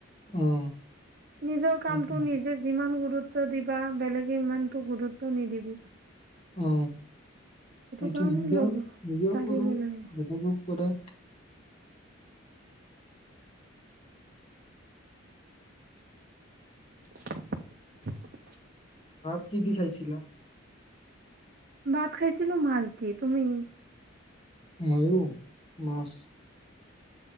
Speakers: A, on the left; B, on the right.
A: অ
B: নিজৰ
A: সেইটো
B: কামটো নিজে যিমান গু- গুৰুত্ব দিবা বেলেগে ইমানতটো গুৰুত্ব নিদিবো
A: অ এইটো
B: কাৰণে
A: নিজেও
B: লগ
A: নিজেও
B: থাকিব
A: কৰো
B: লাগে।
A: নিজো কৰে
B: <unintelligible>
A: ভাত কি দি খাইছিলা
B: ভাত খাইছিলো মাছ দি তুমি
A: ময়ুৰ মাছ